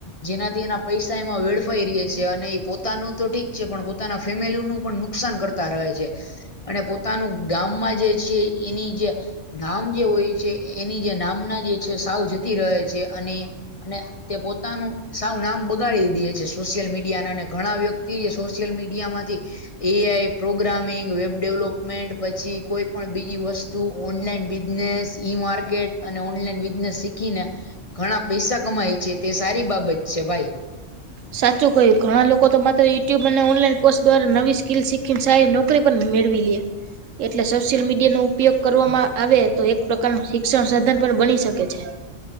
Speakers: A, on the left; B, on the right.
A: જેનાથી એના પૈસા એમાં વેડફાઈ રહ્યા છે અને એ પોતાનું તો ઠીક છે પણ પોતાના ફેમેલીનું પણ નુકસાન કરતા રહે છે. અને પોતાનું ગામમાં જે છે એની જે નામ જે હોય છે એની જે નામના જે છે સાવ જતી રહે છે અને અને તે પોતાનું સાવ નામ બગાડી દિયે છે. સોશિયલ મીડિયા ના અને ઘણા વ્યક્તિઓએ સોશિયલ મીડિયા માંથી A I, programming, web development પછી કોઈ પણ બીજી વસ્તુ, ઓનલાઈન બિઝનેસ, ઈ માર્કેટ અને ઓનલાઈન બિઝનેસ શીખીને ઘણા પૈસા કમાય છે તે સારી બાબત છે ભાઈ.
B: સાચું કહ્યું, ઘણા લોકો તો માત્ર યુટ્યુબ અને ઓનલાઈન કોર્સ દ્વારા નવી સ્કીલ શીખીને સારી નાકરી પણ મેળવી લે. એટલે સોશિયલ મીડિયા નો ઉપયોગ કરવામાં આવે તો એક પ્રકારનું શિક્ષણ સાધન પણ બની શકે છે.